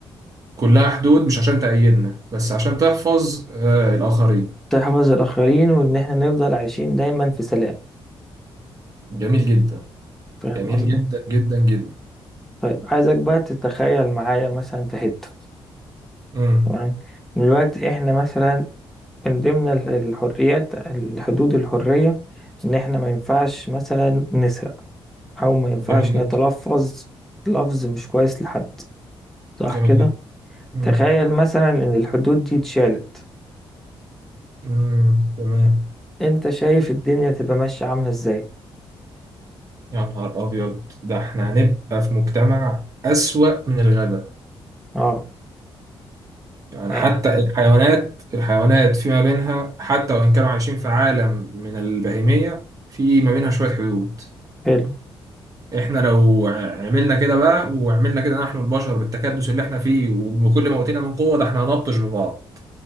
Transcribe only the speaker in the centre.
تحفظ الاخرين وان احنا نفضل عايشين دايما في سلام
فاهم
قصدي
طيب عايزك بقى تتخيل معايا مثلا في حتة
تمام دلوقتي احنا مثلا من ضمن ال- الحريات الحدود الحرية ان احنا ما ينفعش مثلا نسرق او ما ينفعش
نتلفظ
لفظ مش كويس لحد صح
كده
تخيل مثلا ان الحدود دي اتشالت
انت شايف الدنيا تبقى ماشية عاملة ازاي
اه
يعني
حلو